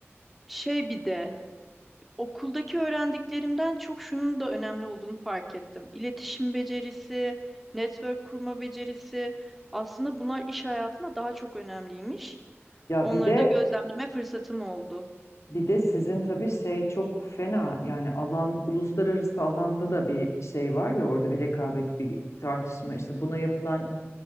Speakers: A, in the centre; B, on the left.
A: şey bir de Okuldaki öğrendiklerimden çok şunun da önemli olduğunu fark ettim. İletişim becerisi, network kurma becerisi aslında bunlar iş hayatında daha çok önemliymiş.
B: Ya
A: Onları
B: bir de
A: da gözlemleme fırsatım oldu.
B: bir de sizin tabii şey çok fena yani alan uluslararası alanda da bir şey var ya orada bir rekabet bir tartışma işte buna yapılan